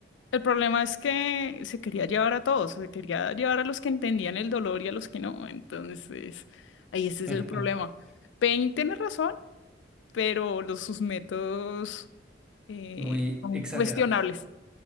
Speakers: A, on the left; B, in the centre.
A: El problema es que se quería llevar a todos, se quería llevar a los que entendían el dolor y a los que no. Entonces, ahí ese es
B: <laughs>
A: el problema. Pain tiene razón, pero los, sus métodos eh,
B: Muy
A: son
B: exagerados.
A: cuestionables,